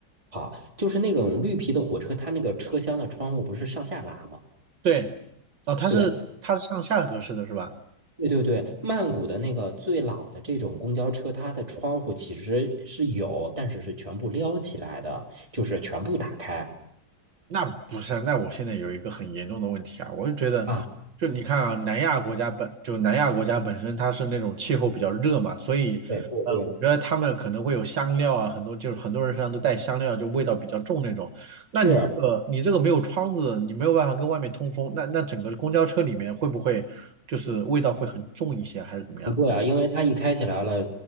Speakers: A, on the right (about 15°); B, on the right (about 70°).
A: 好，就是那种绿皮的火车，它那个车厢的窗户不是上下拉吗？
B: 对，哦，它是它是上下格式的是吧？
A: 对，对对对，曼谷的那个最老的这种公交车，它的窗户其实是有，但是是全部撩起来的，就是全部打开。
B: 那不是啊那我现在有一个很严重的问题啊，我就觉得，
A: 啊，
B: 就你看啊，南亚国家本就南亚国家本身它是那种气候比较热嘛，所以呃，
A: 对对对，
B: 我觉得他们可能会有香料啊，很多就是很多人身上都带香料，就味道比较重那种。那你这个你这个没有窗子，
A: 是
B: 你没有办法跟外面通风，那那整个公交车里面会不会就是味道会很重一些，还是怎么样？
A: 不会啊，因为它一开起来了，